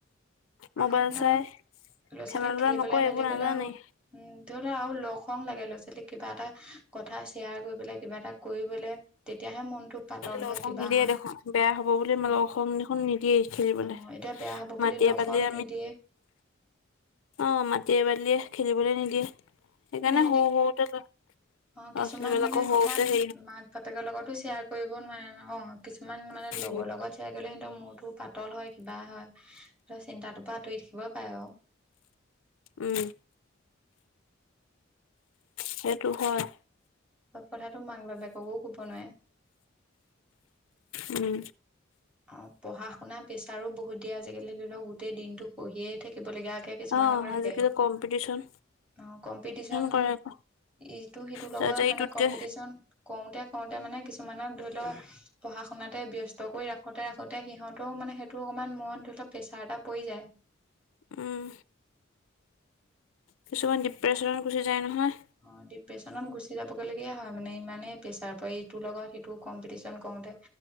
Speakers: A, on the left; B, in the centre.
A: মোবাইল
B: আগৰ দিনত
A: চাই
B: ল'ৰা ছোৱালীক
A: খেলা ধূলা
B: খেলি
A: নকৰে
B: বলে মেলি
A: এইবোৰ
B: বলে
A: নাজানেই
B: উম ধৰি লও আৰু লগ সং লাগে ল'ৰা ছোৱালী কিবা এটা কথা শ্বেয়াৰ কৰি পেলাই কিবা এটা কৰিবলে তেতিয়াহে মনটো পাতল
A: লগ
B: হয়
A: সংগ
B: কিবা
A: নিদিয়ে
B: হয়
A: দেখোন বেয়া হ'ব বুলি
B: উ
A: লগ সংগ দেখোন নিদিয়েই খেলিবলৈ
B: অ এতিয়া বেয়া হব বুলি
A: মাটিয়ে
B: লগ
A: বালিয়ে
B: সং নিদিয়ে
A: অঁ মাটিয়ে বালিয়ে খেলিবলৈ নিদিয়ে সেইকাৰণে
B: মানে সিহঁতি
A: হ হওতে আ ছোৱালী
B: অ কিছুমান
A: বিলাকৰ
B: মানে কথা
A: হওঁতে সেই
B: মাক বাপেকৰ লগতো শ্বেয়াৰ কৰিব নোৱাৰে ন অ কিছুমান মানে লগৰ
A: উম,
B: লগত শ্বেয়াৰ কৰিলে কিন্তু মোৰতো পাতল হয় কিবা হয় ত চিন্তাটোৰ পৰা আঁতৰি থাকিব পাৰে আৰু
A: উম সেইটো হয়
B: সব কথাটো মাক বাপেককো কব নোৱাৰে
A: উম
B: অ পঢ়া শুনা প্ৰেছাৰো বহুত দিয়ে আজিকালি ধৰি লওক গোটেই দিনটো পঢ়িয়েই থাকিবলগীয়াকে কিছুমানক
A: অ',
B: ৰাখে
A: আজিকালি কম্পিটিচন
B: অ কম্পিটিচন
A: কৰে আকৌ
B: ইটো সিটোৰ লগত
A: সিহঁতে ইটোতকে
B: মানে কম্পিটিচন কওঁতে কওঁতে মানে কিছুমানক ধৰি লও পঢ়া শুনাতে ব্যস্ত কৰি ৰাখ ৰাখোতে ৰাখোতে সিহঁতেও মানে টো অকমান মনত ধৰি ল প্ৰেছাৰ এটা পৰি যায়
A: উঁম কিছুমান ডিপ্ৰেশ্যনত গুচি যায় নহয়
B: অ ডিপ্ৰেচনত গুচি যাবগৈ লগীয়া হয় মানে ইমানেই প্ৰেছাৰ প ইটোৰ লগত সিটো কম্পিটিচন কৰোতে